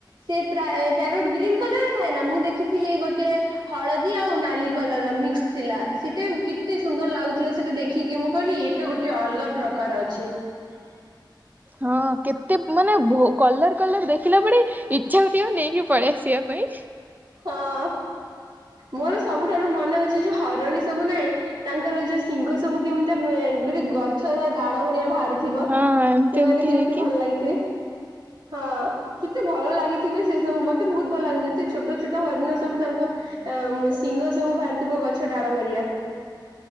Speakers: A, on the right; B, on the right.
A: ସେ ପ୍ୟାର ପ୍ୟାରୋଟ ଲଗ୍ରୀନ୍ କଲର ଥାଏ ନା ମୁଁ ଦେଖିଥିଲି ଗୋଟେ ହଳଦୀ ଆଉ ନାଲି କଲର ର ମିକ୍ସ ଥିଲା ସେଟା କେତେ ସୁନ୍ଦର ଲାଗୁଥିଲା ସେଟା ଦେଖିକି ମୁଁ କହିଲି ଏଇଟା ଗୋଟେ ଅଲଗା ପ୍ରକାର ଅଛି। ହୁଁ।
B: ହଁ କେତେ ମାନେ କଲର କଲର ଦେଖିଲା ବେଳେ ଇଚ୍ଛା ହଉଥିବ ନେଇକି ପଳେଇ ଆସିବା ପାଇଁ।
A: ହଁ ମୋର ସବୁଠାରୁ ମନେ ହଉଛି ଯୋଉ ହରଣୀ ସବୁ ନାଇଁ ତାଙ୍କର ଯୋଉ ସିଂଘ ସବୁ କେମିତି ଗୋଟେ ଗଛର ଡାଳ ଭଡିଆ ବାହାରୁଛି। ଥିବ
B: ହଁ ଏମତି
A: ସେମାନେେ
B: ଏମତି
A: କେମିତି
B: ହେଇକି
A: ଭଲ ଲାଗିଥିବେ। ହଁ କେତେ ଭଲ ଲାଗିଥିବେ ସେ ସବୁ ମତେ ବହୁତ ଭଲ ଲାଗନ୍ତୀ କେତେ ଛୋଟ ଛୋଟ ହରିଣ ସବୁ ତାଙ୍କ ଅ ଶିଙ୍ଗ ସବୁ ବାହାରିଥିବ ଗଛ ଡାଳ ଭଲିଆ।